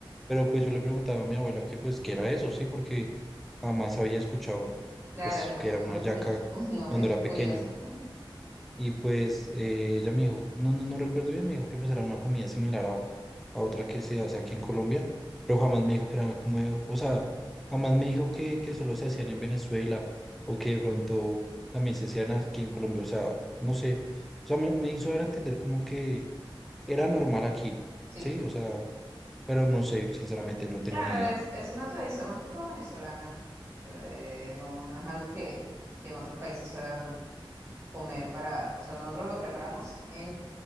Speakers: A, in the centre; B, on the right.
A: pero pues yo le preguntaba a mi abuela que pues qué era eso, sí, porque jamás había escuchado
B: Claro,
A: pues
B: es
A: que era una yaca
B: un, un- un nombre
A: cuando era
B: curioso.
A: pequeño.
B: <laughs>
A: Y pues eh, ella me dijo, no, no, no recuerdo bien, me dijo que pues era una comida similar a, a otra que se hace aquí en Colombia, pero jamás me dijo que era como, o sea, jamás me dijo que, que solo se hacían en Venezuela o que de pronto también se hacían aquí en Colombia, o sea, no sé, o sea, me, me hizo dar a entender como que era normal aquí,
B: Sí.
A: sí, o sea pero no sé, sinceramente no tengo
B: Claro,
A: ni idea.
B: es, es una tradición más que todo venezolana. Eh, no, no es algo que, que en otros países suelan comer para, o sea, nosotros lo preparamos en